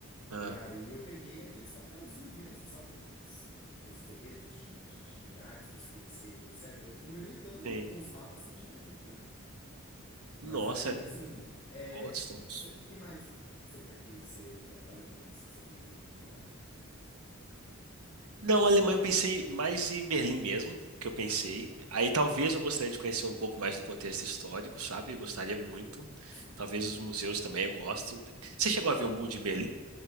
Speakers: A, on the right; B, on the left.
A: Ah,
B: E aí eu peguei aqueles papelzinhos mesmo, sabe? Aqueles, aqueles folhetos de, de, de lugares para se conhecer e etc. Eu fui me orientando ali
A: sim.
B: com os mapas que tinha ali, entendeu? Mas
A: Nossa,
B: aí,
A: é
B: assim, é,
A: outros tempos.
B: cê- que mais você quer conhecer da, da Alemanha, assim? Você tem outro lugar?
A: Não, Alemanha eu pensei mais em Berlim mesmo, que eu pensei.
B: Uhum,
A: Aí talvez eu gostaria de conhecer um pouco mais do contexto histórico, sabe? Eu gostaria muito.
B: sim.
A: Talvez os museus também eu gosto. Você chegou a ver o Muro de Berlim?